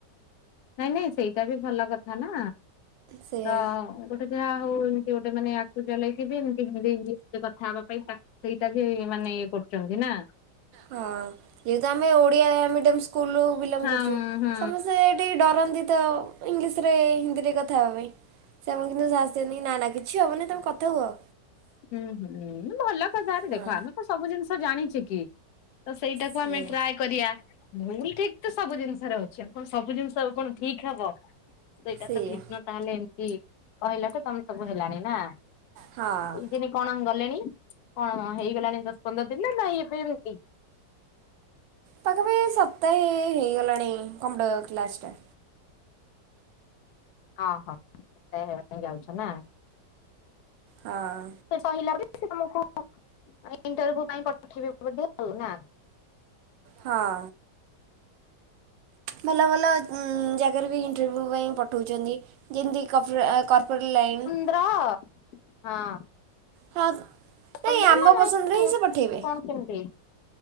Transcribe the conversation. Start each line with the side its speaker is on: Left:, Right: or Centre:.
Left: ନାଇଁ-ନାଇଁ ସେଇଟା ବି ଭଲ କଥା ନା,
Right: ସେଇଆ
Left: ତ ଗୋଟେ ଯାହା ହଉ ଏମ୍ତି ଗୋଟେ ମାନେ ଆକୁ ଚଲେଇକି ବି ଏମ୍ତି ହିନ୍ଦୀ ଇଂଲିଶରେ କଥା ହବା ପାଇଁ ତା ସେଇଟା ବି ମାନେ ଇଏ କରୁଚନ୍ତି ନା?
Right: ହଁ ଯେହେତୁ ଆମେ ଓଡ଼ିଆ ମିଡିୟମ୍ ସ୍କୁଲୁ ରୁ ବିଲଙ୍ଗ
Left: ହଁ
Right: କରୁଚୁ,
Left: ହୁଁ
Right: ସମସ୍ତେ ଟିକେ ଡରନ୍ତି ତ ଇଂଲିଶ୍ ରେ ହିନ୍ଦୀରେ କଥା ହବା ପାଇଁ। ସେ ଆମକୁ କିନ୍ତୁ ସାହସ ଦିଅନ୍ତି ନା-ନା କିଛି ହବନି ତମେ କଥା ହୁଅ।
Left: ହୁଁ-ହୁଁ ଭଲ କଥା,
Right: ହଁ।
Left: ଆରେ ଦେଖ ଆମେ କଣ ସବୁ ଜିନିଷ ଜାଣିଚେ କି। ତ ସେଇଟାକୁ
Right: ସେଇଆ।
Left: ଆମେ ଟ୍ରାଏ କରିଆ, ଭୁଲ୍ ଠିକ୍ ତ ସବୁ ଜିନିଷରେ ଅଛି ଆଉ କଣ ସବୁ ଜିନିଷ ଆଉ କଣ ଠିକ୍ ହବ, ସେଇଟା
Right: ସେଇଆ।
Left: ତ ଠିକ୍ ନ ତାହେଲେ ଏମ୍ତି କହିଲା ଠୁ ତମ ସବୁ ହେଲାଣିି ନା?
Right: ହଁ
Left: କେଇ ଦିନି କଣ ଗଲେଣି, କଣ ହେଇଗଲାଣି ଦଶ ପନ୍ଦର ଦିନ ନା ନାଇଁ ଏବେ ଏମ୍ତି?
Right: ପାଖାପାଖି ସପ୍ତାହେ ହେଇଗଲାଣି କମ୍ପଟର କ୍ଲାସ୍ ଟା।
Left: ଆହୋ <unintelligible> ଯାଉଛ ନା?
Right: ହଁ।
Left: <unintelligible> ପରେ ସେ ତମକୁ ଇଣ୍ଟର୍ଭ୍ୟୁ ପାଇଁ ପଠେଇବେ ବୋଧେ ଆଉ ନା?
Right: ହଁ। ଭଲ-ଭଲ ଉଁ ଜାଗାରେ ବି ଇଣ୍ଟରଭ୍ୟୁ ପାଇଁ ପଠଉଚନ୍ତି ଯେମ୍ତି କପ୍ର କର୍ପୋରେଟ୍ ଲାଇନ୍।
Left: ରହ ହଁ।
Right: ହାକ୍,
Left: ପସନ୍ଦର
Right: ନାଇଁ ଆମ
Left: ନା ନାଇଁ
Right: ପସନ୍ଦରେ ହିଁ ସେ ପଠେଇବେ।
Left: କଣ କେମିତି